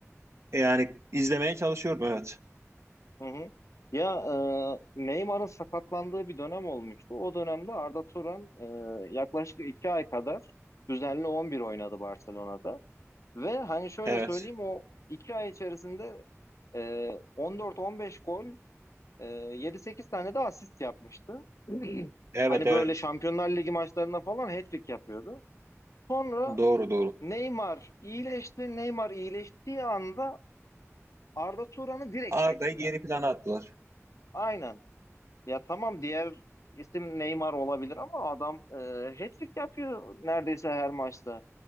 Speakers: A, on the right; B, on the left.
A: yani izlemeye çalışıyorum evet.
B: Hı hı. Ya e, Neymar'ın sakatlandığı bir dönem olmuştu. O dönemde Arda Turan e, yaklaşık iki ay kadar düzenli 11 oynadı Barcelona'da. Ve hani şöyle
A: Evet.
B: söyleyeyim o iki ay içerisinde e, 14-15 gol, e, 7-8 tane de asist yapmıştı. <clears throat>
A: Evet
B: Hani
A: evet.
B: böyle Şampiyonlar Ligi maçlarına falan hat-trick yapıyordu. Sonra
A: Doğru doğru.
B: Neymar iyileşti. Neymar iyileştiği anda Arda Turan'ı direkt
A: Arda'yı
B: çektiler.
A: geri plana attılar.
B: Aynen. Ya tamam diğer isim Neymar olabilir ama adam e, hat-trick yapıyor neredeyse her maçta.